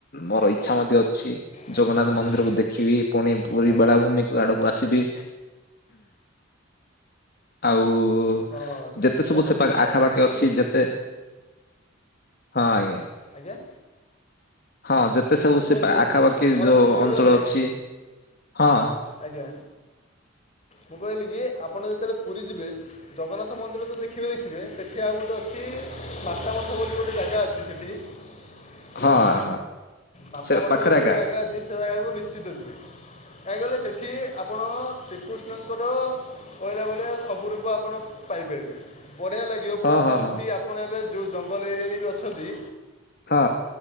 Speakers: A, on the left; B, on the left.
A: ମୋର ଇଚ୍ଛା ମଧ୍ୟ ଅଛି।
B: ଆଜ୍ଞା
A: ଜଗନ୍ନାଥ
B: ଆଜ୍ଞା
A: ମନ୍ଦିରକୁୁ ଦେଖିବି, ପୁଣି ପୁରୀ
B: ହଁ
A: ବେଳାଭୂମି ଆଡକୁ ଆସିବି, ଆଉ ଆଉ
B: ହଁ ସେଇଟା
A: ଯେତେ ସବୁ
B: ହେଉଛି
A: ସେ ପା
B: କଥା
A: ଆଖାପାଖି
B: କାହିଁ
A: ଅଛି
B: କହିଲେ
A: ଯେତେ ହଁ ଆଜ୍ଞା।
B: ଆଜ୍ଞା।
A: ହଁ ଯେତେ ସବୁ
B: କୁହନ୍ତୁ
A: ସେ ପା
B: କୁହନ୍ତୁ
A: ଆଖାପାଖି
B: ଆମର
A: ଯୋଉ
B: ପୁରୀ
A: ଅଞ୍ଚଳ
B: ଗଲେ
A: ଅଛି ହଁ।
B: ଆଜ୍ଞା ମୁଁ କହିଲି କି ଆପଣ ଯେତେବେଳେ ପୁରୀ ଯିବେ ଜଗନ୍ନାଥ ମନ୍ଦିର ତ ଦେଖିବେ ଦେଖିବେ, ସେଠି ଆଉ ଗୋଟେ ଅଛି ମାତାମଠ ବୋଲି ଗୋଟେ ଜାଗା ଅଛି। ସେଠି ବୁଝିଲେ
A: ହଁ- ହଁ।
B: ମାତା
A: ସେ
B: ମଠ
A: ପାଖରେ
B: ବୋଲି ଗୋଟେ
A: ଏକା।
B: ଜାଗା ଅଛି, ସେ ଜାଗାକୁ ନିଶ୍ଚିତ ଯିବେ। କାଇଁ କହିଲେ ସେଠି ଆପଣ ଶ୍ରୀକୃଷ୍ଣଙ୍କର କହିଲା ଭଳିଆ ସବୁ ରୂପ ଆପଣ ପାଇପାରିବେ, ବଢିଆ ଲା ଗିବ ପୁରା
A: ହଁ ହଁ
B: ଶାନ୍ତି,
A: ହଁ
B: ଆପଣ ଏବେ ଯୋଉ ଜଙ୍ଗଲ ଏରିଆରେ ବି ଅଛନ୍ତି
A: ହଁ।